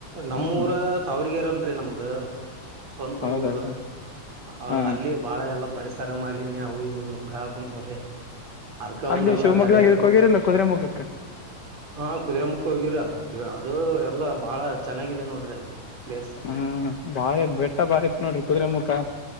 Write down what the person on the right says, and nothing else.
ನಮ್ಮೂಊರ
ತಾವರಗೆರ ಅಲ್ರರಿ ನಮ್ದ ಸ್ವಂತ
ಊರ ಹೌದು
ಅಲ್ಲಿಯ ಬಾಳ ಎಲ್ಲಾ ಪರಿಸರ ಮಾಲನ್ಯ ಅವು ಇವು ನುಗ್ಗ ಹಾಕ ಕುತ್ವ್ರಿ ಅದಕ ಅವನ್
ಎಲ್ಲಾ
ತಡೆಗಟ್ಟಬೇಕಾರ
ಹಾ ಕುದುರೆ ಮುಖ ಹೋಗಿವರಿ ಅದು ಎಲ್ಲ ಬಾಳ ಚೆನ್ನಾಗಿದೆ ನೋಡ್ರಿ ಅಲ್ಲಿ ಪ್ಲೇಸ್